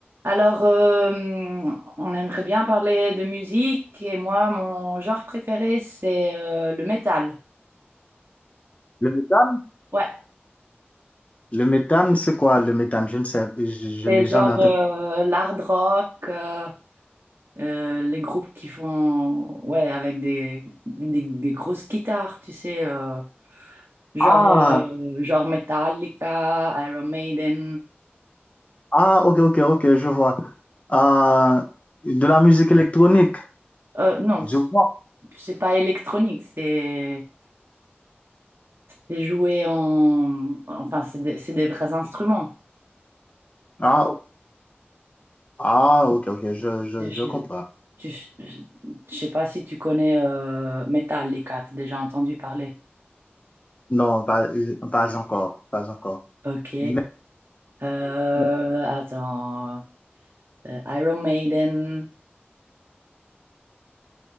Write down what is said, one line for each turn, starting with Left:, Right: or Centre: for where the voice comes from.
Right: Alors, euh, on aimerait bien parler de musique et moi, mon genre préféré, c'est euh, le métal.
Left: Le méthane?
Right: Ouais,
Left: Le méthane, c'est quoi le méthane? Je ne sais, je, je
Right: c'est
Left: n'ai
Right: genre
Left: jamais entendu.
Right: euh, l'hard rock, euh, euh, les groupes qui font, ouais, avec des, des, des grosses guitares, tu sais, euh, genre,
Left: Ah,
Right: euh, genre Metallica, Iron Maiden.
Left: ah, ok, ok, ok, je vois. ah de la musique électronique,
Right: Euh, non, c-
Left: je vois.
Right: c'est pas électronique, c'est c'est joué en... Enfin, c'est des, c'est des vrais instruments.
Left: Ah, o- ah, ok, ok, je, je,
Right: Je,
Left: je comprends.
Right: tu- je, je sais pas si tu connais euh, Metallica, t'as déjà entendu parler.
Left: Non, pas, euh, pas encore, pas encore.
Right: Ok.
Left: Mais,
Right: Euh,
Left: mais
Right: attends. Euh, Iron Maiden.